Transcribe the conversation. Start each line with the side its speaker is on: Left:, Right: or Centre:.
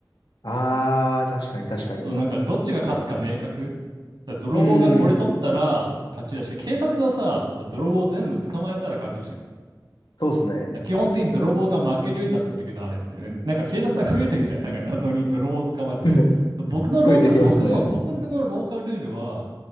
Left: あー、確かに、確かに。
Right: そう、なんかどっちが勝つか明確。だから泥棒がこれ取ったら勝ちだし、
Left: うーん。
Right: 警察はさ、泥棒全部捕まえたら勝ちじゃん。
Left: そうっすね。
Right: だから基本的に泥棒が負けるようになってるけど、あれって、なんか警察が増えていくじゃん。なんか謎に泥棒を捕まえたら。
Left: <laughs>
Right: 僕の廊下、
Left: 増えてきますね。
Right: 僕、そう、僕のところの廊下ルールは、